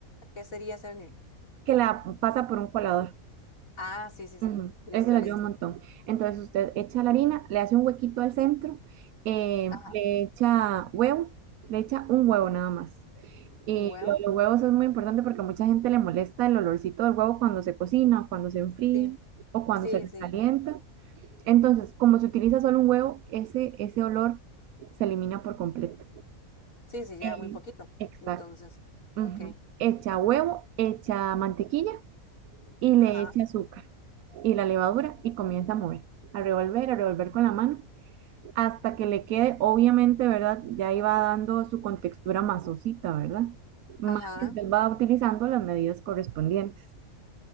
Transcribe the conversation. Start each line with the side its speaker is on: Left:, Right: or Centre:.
Left: ¿qué sería cernirla?
Right: que la pasa por un colador.
Left: Ah, sí, sí, sí.
Right: Ujú,
Left: Listo,
Right: Eso le
Left: listo.
Right: ayuda un montón. Entonces, usted echa la harina, le hace un huequito al centro, eh,
Left: Ajá,
Right: le echa huevo, le echa un huevo nada más. Y
Left: ¿un huevo?
Right: lo de los huevos es muy importante porque a mucha gente le molesta el olorcito del huevo cuando se cocina, o cuando se enfría
Left: Sí,
Right: o cuando
Left: sí,
Right: se
Left: sí.
Right: calienta. Entonces, como se utiliza solo un huevo, ese, ese olor se elimina por completo.
Left: Sí, sí, ya
Right: Eh,
Left: muy poquito.
Right: exacto.
Left: Entonces,
Right: ujú.
Left: ok.
Right: Echa huevo, echa mantequilla y
Left: Ajá,
Right: le echa azúcar y la levadura y comienza a mover, a revolver, a revolver con la mano hasta que le quede, obviamente, ¿verdad? Ya iba dando su contextura masosita, ¿verdad? Más
Left: ajá.
Right: que usted va utilizando las medidas correspondientes.